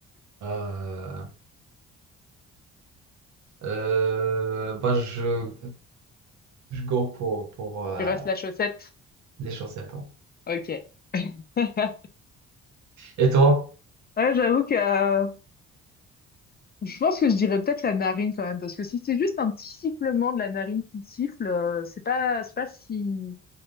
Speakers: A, on the right (about 70°); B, on the left (about 30°).
A: Euh, euh, bah, je, je go pour, pour euh,
B: Tu restes la chaussette.
A: les chaussettes. hein.
B: Ok. <laughs>
A: Et toi?
B: Ouais, j'avoue que euh, je pense que je dirais peut-être la narine quand même, parce que si c'est juste un petit sifflement de la narine qui siffle, euh, c'est pas, c'est pas si,